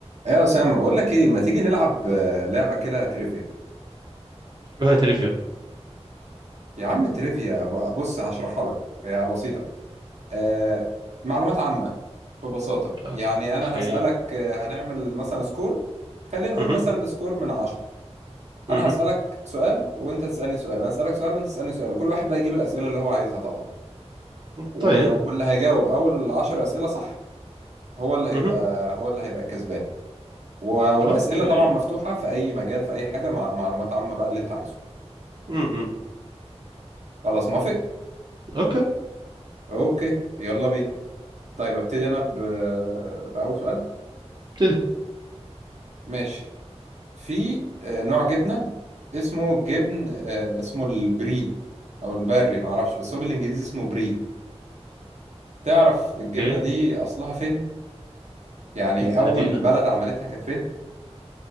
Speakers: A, on the right; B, on the right.
A: ايه يا اسامه بقول لك ايه ما تيجي نلعب آه، لعبه كده تريفيا
B: شو هاي تريفيا
A: يا عم تريفيا ب- بص هشرحها لك هي بسيطه آه معلومات عامه ببساطه
B: اوكي
A: يعني انا هسالك آه، هنعمل مثلا سكور خلينا نقول
B: اها
A: مثلا سكور من عشرة
B: اها
A: انا هسالك سؤال وانت تسالني سؤال انا هسالك سؤال وانت تسالني سؤال كل واحد بقى يجيب الاسئله اللي هو عايزها طبعا و-
B: طيب
A: واللي هيجاوب اول 10 اسئله صح هو اللي هيبقى
B: اها
A: هو اللي هيبقى الكسبان و- والاسئله
B: اوكي
A: طبعا مفتوحه في اي مجال في اي حاجه مع معلومات عامه بقى اللي انت عايزه
B: اها
A: خلاص موافق
B: اوكي
A: اوكي يلا بينا طيب ابتدي انا ب... باول سؤال
B: ابتدي
A: ماشي في آه، نوع جبنه اسمه جبن آه، اسمه البري او البري ما اعرفش بس هو بالانجليزي اسمه بري تعرف
B: اوكي
A: الجبنه دي اصلها فين يعني
B: جبنة
A: اول
B: دي
A: بلد عملتها كانت فين